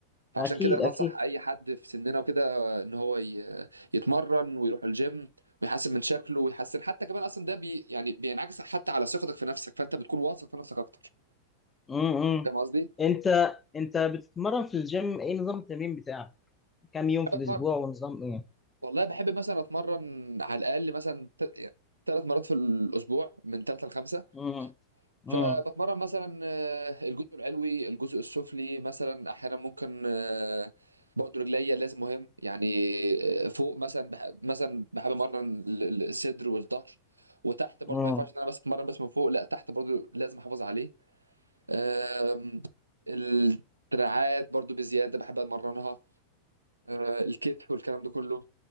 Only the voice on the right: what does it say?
فعشان
كده انا
بنصح اي حد في سننا وكده ان هو ي- يتمرن ويروح الجيم ويحسن من شكله ويحسن حتى كمان اصلا ده بي يعني بينعكس حتى على ثقتك في نفسك فانت بتكون واثق في نفسك اكتر
فاهم قصدي؟
بتمرن
والله بحب مثلا اتمرن على الاقل مثلا ثلاث مرات في الاسبوع من ثلاثه لخمسه
فبتمرن
مثلا آه، الجزء العلوي الجزء السفلي مثلا احيانا ممكن آه، برضه رجليا لازم مهم يعني آه، فوق مثلا بح مثلا بحب امرن ال- ال- الصدر والظهر وتحت برضه
ما ينفعش ان انا بس اتمرن بس من فوق لا تحت برضه لازم احافظ عليه آم، الدراعات برضه بزياده بحب اتمرنها آه، الكتف والكلام ده كله